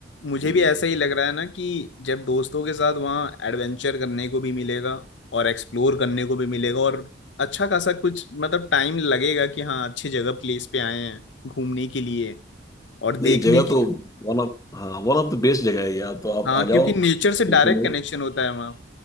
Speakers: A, on the left; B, on the left.
A: मुझे
B: हम्म।
A: भी ऐसा ही लग रहा है ना कि जब दोस्तों के साथ वहाँ एडवेंचर करने को भी मिलेगा और एक्सप्लोर करने को भी मिलेगा और अच्छा खासा कुछ मतलब टाइम लगेगा कि हाँ अच्छी जगह प्लेस पे आए हैं घूमने के लिए और
B: नहीं
A: देखने
B: जगह
A: की
B: तो वन ऑफ हाँ वन ऑफ द बेस्ट जगह है यार तो आप
A: हाँ
B: आ
A: क्योंकि
B: जाओ
A: नेचर
B: टेंशन
A: से डायरेक्ट
B: नहीं
A: कनेक्शन
B: है।
A: होता है वहाँ